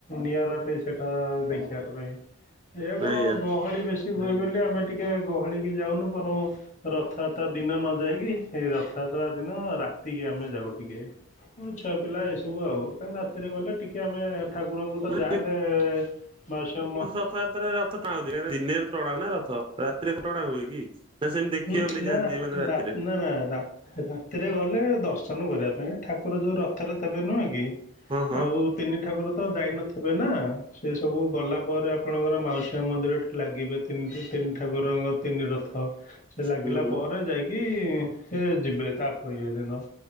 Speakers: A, on the left; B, on the right.
A: ନିଆରା ଅଟେ ସେଇଟା ଦେଖିବା ପାଇଁ। ଏଇଆ କଣ
B: ଆଜ୍ଞା।
A: ଗହଳି ବେଶୀ ହୁଏ ବୋଲି ଆମେ ଟିକେ ଗହଳି କି ଯାଉନୁ ବରଂ ରଥଯାତ୍ରା ଦିନ ନ ଯାଇକି ଏଇ ରଥଯାତ୍ରା ଦିନ ରାତିକି ଆମେ ଯାଉ ଟିକେ। ଛୁଆ ପିଲା ଏସବୁ ଆଉ। କାଳେ ରାତିରେ ଗଲେ ଟିକେ ଆମେ ଠାକୁରଙ୍କୁ ତ
B: ମୁଁ
A: ଯାହାହେଲେ। <unintelligible>
B: ରଥଯାତ୍ରା ରେ ରଥ ଟଣା ହଉଚି। ଦିନ ଟଣା ହୁଏ ନା ରଥ ରାତିରେ ଟଣା ହୁଏ କି। ନା ସେମିତି ଦେଖିବାକୁ
A: ଉଁ
B: ବୋଲି
A: ନା
B: ଯାଆନ୍ତି
A: ନା
B: ମାନେ ରାତିରେ
A: ରା ନା ନା ରା ରାତିରେ ଗଲେ ଦର୍ଶନ କରିବା ପାଇଁ। ଠାକୁର ଯୋଉ ରଥରେ ଥେବେ ନୁହେଁ କି।
B: ହଁ ହଁ
A: ଆଉ ତିନି ଠାକୁର ତ ଯାଇନଥିବେ ନା। ସେ ସବୁ ଗଲା ପରେ ଆପଣଙ୍କର ମାଉସୀ ମା ମନ୍ଦିରଠି ଲାଗିବେ ତିନି ତିନି ଠାକୁରଙ୍କ ତିନି ରଥ। ସେ ଲାଗିଲା
B: ହୁଁ ହୁଁ
A: ପରେ ଯାଇକି ସେ ଯିବେ ତାପ ଇଏ ଦିନ।